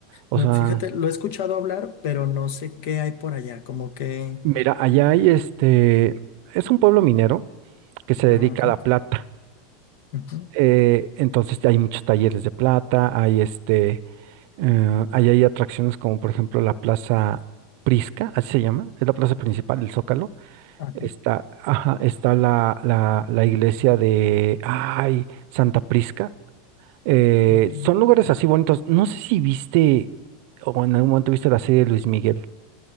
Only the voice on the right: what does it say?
O
sea,
mira, allá hay este, es un pueblo minero que se
dedica
a la plata.
Eh, entonces hay muchos talleres de plata, hay este, eh, ahí hay atracciones como por ejemplo la Plaza Prisca, así se llama, es la plaza principal, el Zócalo.
Está, ajá, está la, la, la iglesia de, ay, Santa Prisca. Eh,
son lugares así bonitos. No sé si viste o en algún momento viste la serie de Luis Miguel,